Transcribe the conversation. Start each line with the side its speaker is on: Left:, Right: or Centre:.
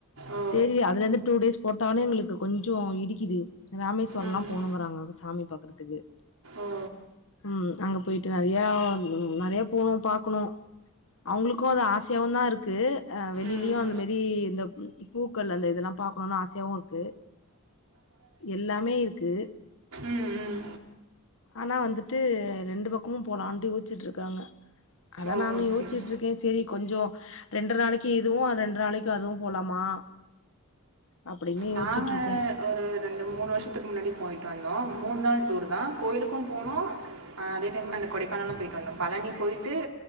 Right: ஓ!
Left: சேரி அதுல இந்து டூ டேஸ் போட்டாவு எங்குளுக்கு கொஞ்சோ இடிக்குது ராமேஸ்வரோலா
Right: ம்.
Left: போணோங்கறாங்க சாமி பாக்கறதுக்கு
Right: ஓ!
Left: ம் அங்க போயிட்டு நெறையா ம் நெறையா போனு பாக்கணு அவுங்ளுக்கோ அது ஆசையாவுதா இருக்கு அ வெளிலியு
Right: ம்,
Left: அந்த மேரி இந்த மு பூக்கள் அந்த இதெல்லா பாக்கணுனு ஆசையாவு இருக்கு எல்லாமே இருக்கு.
Right: ம் ம்
Left: ஆனா வந்துட்டு ரெண்டு பக்கமு போலாண்ட்டு யோச்சுட்ருக்காங்க தா
Right: ஓ!
Left: நானு யோச்சிட்டுருக்கே
Right: சரி.
Left: சேரி கொஞ்சோ ரெண்ட்ரே நாளக்கி இதுவு அ ரெண்ட்ரே நாளக்கி அதுவு போலாமா அப்டின்னு
Right: நாங்கள்
Left: யோச்சுட்டுருக்கோ
Right: ஒரு ரெண்டு மூணு வருஷத்துக்கு முன்னாடி போயிட்டு வந்தோ மூண் நாள் டூர்தா கோயிலுக்கு போணோ ஆ அதே டைம் அந்த கொடைக்கானலு போயிட்டு வந்தோ ‌பழனி போயிட்டு